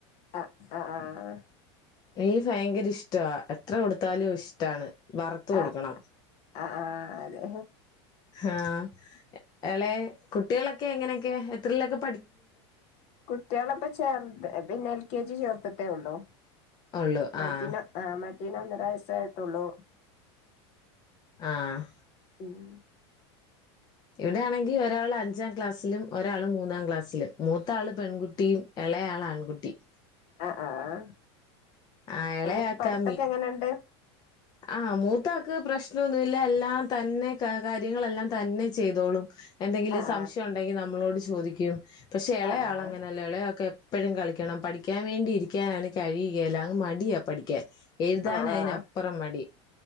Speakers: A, on the left (about 45°); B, on the left (about 30°).
A: ആഹ് ആഹ് ആഹ്
B: മീൻ ഭയങ്കര ഇഷ്ടവാ എത്ര കൊടുത്താലും ഇഷ്ടമാണ് വറുത്ത് കൊടുക്കണം
A: ആഹ് ആഹ് ആഹ് അതെ
B: ആഹ് അളെ കുട്ടികളൊ ക്കെ എങ്ങനെക്കയാ എത്രയിലൊക്കെ
A: കുട്ടികളൊക്കെ ചെറുത്‌ പിന്നെ എൽ കെ ജിയിൽ ചേർ ത്തിട്ടേ ഉള്ളൂ
B: ഉള്ളു
A: മറ്റിന
B: ആഹ്
A: ആ മ റ്റേന് ഒന്നര വയസ്സ് ആയിട്ടുള്ളൂ
B: ആഹ്
A: ഉം
B: ഇവിടെയാണെങ്കിൽ ഒരാൾ അഞ്ചാം ക്ലാസ്സിലും ഒരാള് മൂന്നാം ക്ലാസ്സിലും മൂത്ത ആള് പെൺകുട്ടിയും ഇളയാള് ആൺകുട്ടിയും
A: ആഹ് ആഹ് ആഹ്
B: ആഹ് എളയാക്കാ
A: എന്നിട്ട് പഠിത്തം ഒക്കെ എങ്ങനെയുണ്ട്
B: ആ മൂത്ത ആക്ക് പ്രശ്നം ഒന്നുമില്ല എല്ലാം തന്നെ കാര്യങ്ങളെല്ലാം തന്നെ ചെയ്തോളും എന്തെങ്കിലും
A: ആഹ്
B: സംശയം ഉണ്ടെങ്കിൽ നമ്മളോട് ചോ ചോദിക്കും പക്ഷേ എളേയാള്
A: ആഹ് ആഹ്
B: അങ്ങനല്ല എളേയാക്ക് എപ് എപ്പോഴും കളിക്കണം പഠിക്കാൻ വേണ്ടിയിരിക്കാനാണ് കഴിയുകല്ലങ് മ ടിയാ പഠിക്കാൻ എഴുതാൻ
A: ആഹ് ആഹ് ആഹ് ആഹ്
B: അയിനാ അപ്പുറം മടി